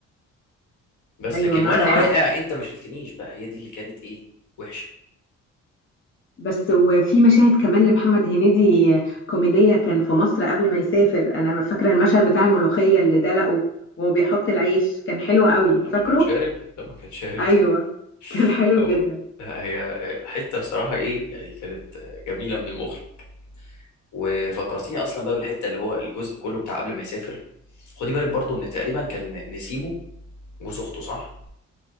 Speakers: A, on the left (about 75°); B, on the left (about 40°).
A: بس
B: ايوه
A: لكن
B: معاك
A: وانا
B: حق
A: واقع انت ما شلتنيش بقى هي دي اللي كانت ايه وحشه
B: بس وفي مشاهد كمان لمحمد هنيدي كوميدية كان في مصر قبل ما يسافر انا ما فاكره المشهد بتاع الملوخية اللي دلقه وهو بيحط العيش كان حلو
A: هو
B: قوي
A: لما لما
B: فاكره
A: كان شارب لما كان شارب
B: ايوه
A: <laughs>
B: كان حلو
A: اه
B: جدا
A: لا هي حته بصراحه ايه يعني كانت جميله من المخرج وفكرتيني اصلا بقى بالحته اللي هو الجزء كله بتاع قبل ما يسافر خدي بالك برضو ان تقريبا كان نسيبه جوز اخته صح